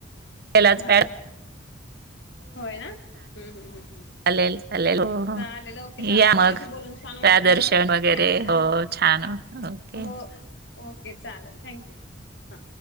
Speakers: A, on the right (about 55°); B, on the left (about 65°).
A: पेलाज
B: हा
A: पेड
B: होय ना? हम्म, हम्म, हम्म, हम्म.
A: चालेल चालेल हो हो
B: चालेल ओके चा
A: या
B: तुमच्याशी
A: मग
B: बोलून छान
A: प्रादर्शन
B: वाटलं
A: वगैरे
B: थँक्यू.
A: हो छान ओके.
B: हो ओके चालेल थँक्यू. हां.